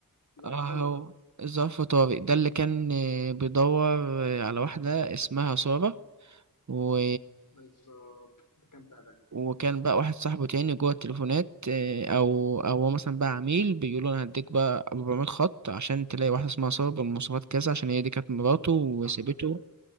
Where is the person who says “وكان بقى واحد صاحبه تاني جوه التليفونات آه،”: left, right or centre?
Right